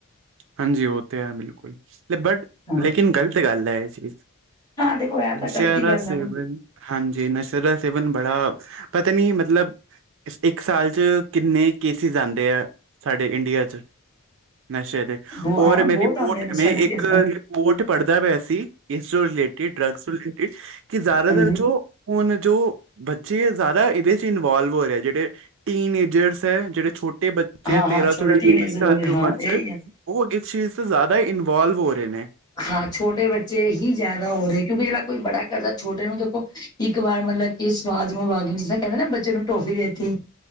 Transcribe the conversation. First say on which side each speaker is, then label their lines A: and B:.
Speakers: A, on the right (about 60°); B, on the left (about 20°).
A: ਹਾਂਜੀ ਓ ਤੇ ਹੈ ਬਿਲਕੁਲ ਬਟ
B: ਹਾਂ
A: ਲੇਕਿਨ ਗ਼ਲਤ ਗੱਲ ਐ ਏਹ ਚੀਜ਼
B: ਹਾਂ ਦੇਖੋ ਇਹ ਤਾਂ
A: ਨਸੇ਼ਆਂ
B: ਗ਼ਲਤੀ
A: ਦਾ
B: ਗੱਲ
A: ਸੇਵਨ।
B: ਹੈ
A: ਹਾਂਜੀ ਨਸ਼ੇ ਦਾ ਸੇਵਨ ਬੜਾ ਪਤਾ ਨੀ ਮਤਲਬ ਇੱਕ ਸਾਲ ਚ ਕਿੰਨੇ ਕੇਸਿਸ ਆਂਦੇ ਐ ਸਾਡੇ ਇੰਡੀਆ ਚ। ਨਸ਼ੇ ਦੇ।
B: ਹਾਂ
A: ਔਰ
B: ਬਹੁਤ
A: ਮੈਂ ਰਿਪੋਰਟ
B: ਆਉਂਦੇ ਨਸ਼ਿਆਂ
A: ਮੈਂ
B: ਦੇ ਕੇਸ
A: ਇੱਕ
B: ਤਾਂ
A: ਰਿਪੋਰਟ ਪੜ੍ਹਦਾ ਪਿਆ ਸੀ ਇਸ ਤੋਂ ਰਿਲੇਟਿਡ ਡਰਗਜ਼ ਤੋਂ ਰਿਲੇਟਿਡ। ਕਿ ਜ਼ਿਆਦਾਤਰ
B: ਹਾਂਜੀ
A: ਜੋ ਹੁਣ ਜੋ ਬੱਚੇ ਹੈ ਜ਼ਆਦਾ ਇਹਦੇ ਚ ਇਨਵੋਲਵ ਹੋ ਰਹੇ ਐ। ਜਿਹੜੇ ਟੀਨ ਏਜਰਸ ਐ ਜੇਹੜੇ ਛੋਟੇ ਬੱਚੇ
B: ਹਾਂ
A: ਐ
B: ਹਾਂ
A: ਤੇਰਾਂ
B: ਛੋਟੇ
A: ਤੋਂ ਲੈ
B: ਟੀਨਏਜਰ
A: ਕੇ ਵੀਹ ਸਾਲ
B: ਵਾਲੇ
A: ਦੀ
B: ਹਾਂ
A: ਉਮਰ ਚ
B: ਇਹੀ ਹੈ
A: ਓ ਇਸ ਚੀਜ਼ ਤੇ ਜਾਂਦਾ ਇਨਵਾਲਵ ਹੋ ਰਹੇ ਨੇ।
B: ਹਾਂ ਛੋਟੇ ਬੱਚੇ ਹੀ ਜ਼ਿਆਦਾ ਹੋ ਰਹੇ ਕਿਉਂਕਿ ਜਿਹੜਾ ਕੋਈ ਬੜਾ ਕਰਦਾ ਛੋਟੇ ਨੂੰ ਦੇਖੋ ਇੱਕ ਵਾਰ ਮਤਲਬ ਕਿ ਸਵਾਦ ਮੁਹ ਲਵਾ ਗਈ ਜਿਸ ਕਹਿੰਦੇ ਨਾ ਬੱਚੇ ਨੂੰ ਟੋਫੀ ਦੇ ਦਿੱਤੀ